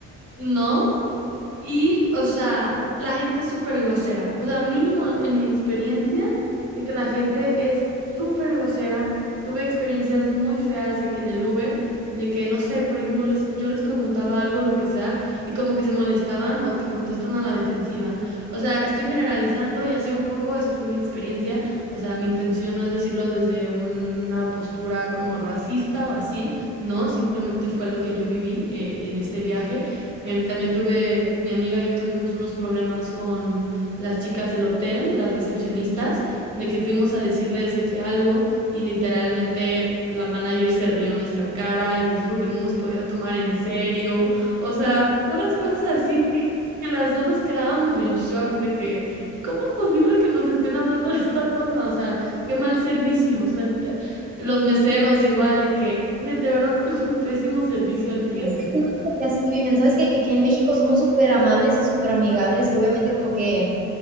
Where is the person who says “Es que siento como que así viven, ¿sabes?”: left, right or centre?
Right